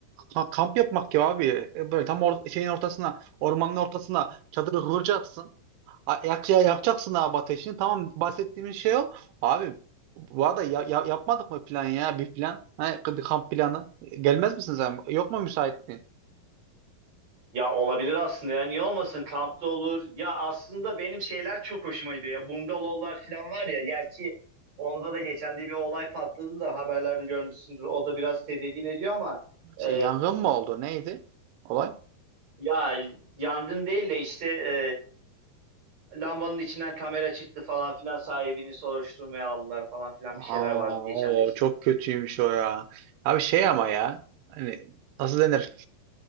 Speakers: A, on the right; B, on the right.
A: ka- Kamp yapmak ya abi. E, Böyle tam or şeyin ortasına, ormanın ortasına çadırı kuracaksın. A- Yak ya- yakacaksın abi ateşini. Tamam bahsettiğimiz şey o. Abi bu arada ya- ya- yapmadık mı plan ya? Bir plan. Ha, bir kamp planı. Gelmez misiniz? abi? Yok mu müsaitliğin?
B: Ya olabilir aslında ya niye olmasın kampta olur. Ya aslında benim şeyler çok hoşuma gidiyor ya bungalovlar falan var ya. Gerçi onda da geçen de bir olay patladı da haberlerde görmüşsündür. O da biraz tedirgin ediyor ama
A: Şey
B: e,
A: yangın mı oldu? Neydi olay?
B: ya yangın değil de işte e, lambanın içinden kamera çıktı falan filan sahibini soruşturmaya aldılar falan filan
A: Aa,
B: bir şeyler vardı geçen
A: o
B: de işte.
A: çok kötüymüş o ya. Abi şey ama ya. Hani nasıl denir?